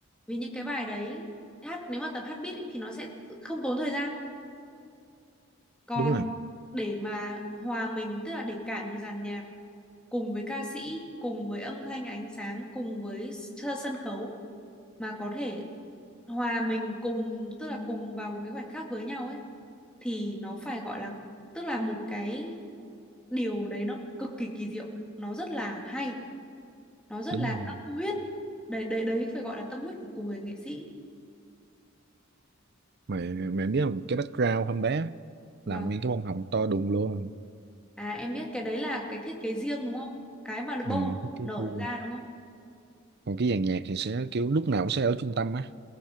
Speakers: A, in the centre; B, on the right.
A: Vì những cái bài đấy hát nếu mà tập hát beat ý, thì nó sẽ không tốn thời gian. Còn
B: đúng rồi
A: để mà hòa mình tức là để cả một dàn nhạc cùng với ca sĩ, cùng với âm thanh ánh sáng, cùng với sơ- sân khấu mà có thể hòa mình cùng tức là cùng vào một cái khoảnh khắc với nhau ấy thì nó phải gọi là tức là một cái điều đấy nó cực kỳ kỳ diệu, nó rất là hay, nó rất
B: đúng
A: là
B: rồi
A: tâm huyết. Đấy đấy đấy phải gọi là tâm huyết của, của người nghệ sĩ.
B: mà mẹ biết không cái background hôm bé
A: Và
B: là nguyên cái bông hồng to đùng luôn
A: à em biết cái đấy là cái thiết kế riêng đúng không? Cái mà bông
B: ừ. cái-
A: nở
B: cái-
A: được ra đúng không?
B: còn cái dàn nhạc thì sẽ kiểu lúc nào cũng sẽ ở trung tâm á